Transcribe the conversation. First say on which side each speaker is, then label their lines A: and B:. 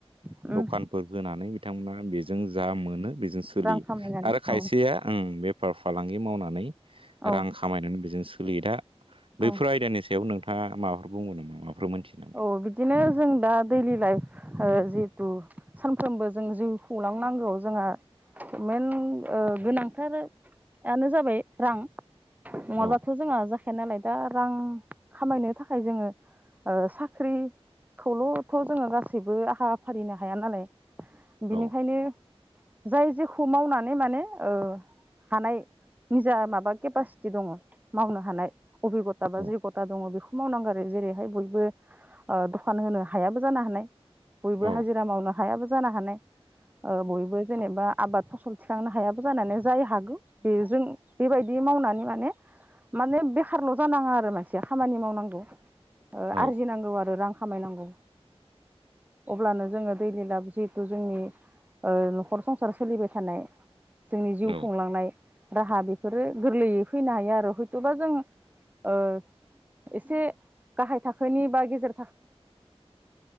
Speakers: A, on the right; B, on the right.
A: उम
B: दखानफोर होनानै बिथांमोना बेजों जा मोनो बेजों सोलियो
A: रां खामायनानै
B: आरो खायसेया
A: औ
B: ओं बेफार फालांगि मावनानै
A: औ
B: रां खामायनानै बेजों सोलियो दा
A: औ
B: फोर आयदानि सायाव नोंथाङा माबाफोर बुंगोन नामा? माबाफोर मोनथियो नामा?
A: औ बिदिनो जों दा दैलि लाइफ ओ जिहेथु सानफ्रोमबो जों जिउ खुंलांनांगौ जोंहा मेन ओ गोनांथारानो जाबाय रां नङाबाथ'
B: औ
A: जोंहा जाखाया नालाय दा रां खामायनो थाखाय जोङो ओ साख्रि खौल'थ' जोङो गासैबो आखा फारिनो हाया नालाय
B: औ
A: बिनिखायनो जाय जेखौ मावनानै माने ओ हानाय निजा माबा केपासिटि दङ' मावनो हानाय अभिग'टा बा
B: औ
A: जयग'टा दङ' बेखौ मावनांगौ आरो जेरैहाय बय बो ओ दखान होनो हायाबो जानो हानायबयबो
B: औ
A: हाजिरा मावनो हायाबो जानो हानाय ओ बयबो जेनेबा आबाद फसल थिखांनो हायाबो जानो हानाय जाय हागौ बेजों बेबायदि मावनानै माने माने बेखारल' जानाङा आरो मानसिया खामानि मावनांगौ ओ
B: औ
A: आरजिनांगौ आरो रां खामायनांगौ अब्लानो जोङो दैलि लाइभ जिहेथु जोंनि ओ न'खर संसार सोलिबाय थानाय जोंनि जिउ
B: औ
A: खुंलांनाय राहा बेफोरो गोरलैयै फैनो हायो आरो हयथ'बा जों ओ एसे गाहाय थाखोनि बा गेजेर